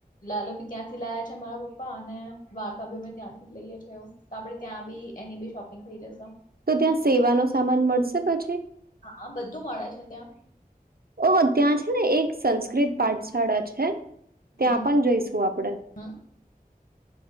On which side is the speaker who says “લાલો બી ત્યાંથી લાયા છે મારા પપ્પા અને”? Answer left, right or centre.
Left